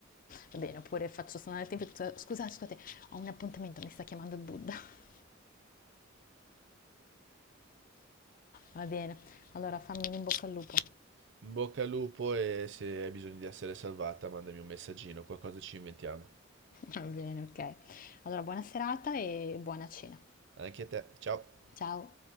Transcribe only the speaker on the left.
Va bene, oppure faccio suonare il tempio, scusate, scusate, ho un appuntamento, mi sta chiamando il Buddha. Va bene, allora fammi un in bocca al lupo.
Va bene, ok. Allora, buona serata e buona cena.
Ciao.